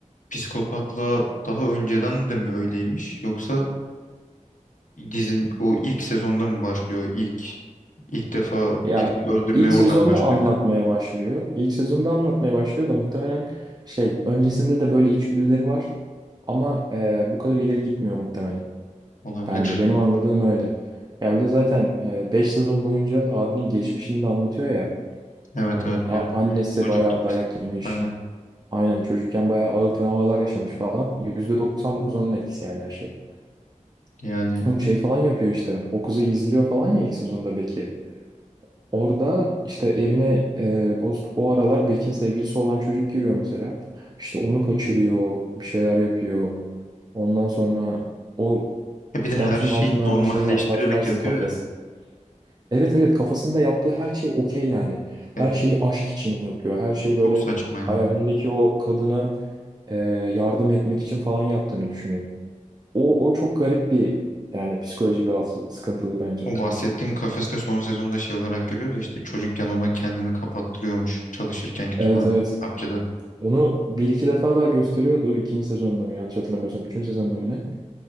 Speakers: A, on the left; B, on the right.
A: psikopatla daha önceden de mi öyleymiş yoksa dizin o ilk sezonda mı başlıyor? İlk ilk defa
B: ya
A: birini öldürmeye
B: ilk
A: oradan
B: sezonda
A: başlıyor.
B: anlatmaya başlıyor. İlk sezonda anlatmaya başlıyor da muhtemelen şey öncesinde de böyle içgüdüleri var. Ama e, bu kadar ileri gitmiyor muhtemelen.
A: Olabilir.
B: Bence benim anladığım öyle. Ya bir de zaten e, 5 sezon boyunca abinin geçmişini de anlatıyor ya.
A: Evet
B: Hani
A: evet
B: a- annesi
A: çocukluk
B: bayağı dayak
A: psik
B: yemiş.
A: aynen
B: Aynen çocukken bayağı ağır travmalar yaşamış falan. %99 onun etkisi yani her şey.
A: yani
B: Oğlum şey falan yapıyor işte. O kızı izliyor falan ya ilk sezonda Beck'i. Orada işte evine e, o, o aralar Beck'in sevgilisi olan çocuk giriyor mesela. İşte onu kaçırıyor, bir şeyler yapıyor. Ondan sonra o
A: e bir
B: kitapçının
A: de her şeyi
B: altında hani
A: normalleştirerek
B: şey var hatırlarsın
A: yapıyor
B: kafes.
A: ya.
B: Evet evet kafasında yaptığı her şey okey yani. Her
A: E,
B: şeyi aşk için yapıyor. Her şeyi
A: bu çok
B: böyle
A: saçma ya.
B: hayalindeki o kadına e, yardım etmek için falan yaptığını düşünüyor. O, o çok garip bir yani psikolojik rahatsız, sıkıntılı bence.
A: O bahsettiğin kafeste son sezonda şey olarak görüyoruz ya işte çocukken ona kendini kapattırıyormuş çalışırken kütüphane
B: Evet evet.
A: kitapçıda.
B: Onu bir iki defa daha gösteriyordu. İkinci sezonda mı yanlış hatırlamıyorsam. Üçüncü sezonda mı ne?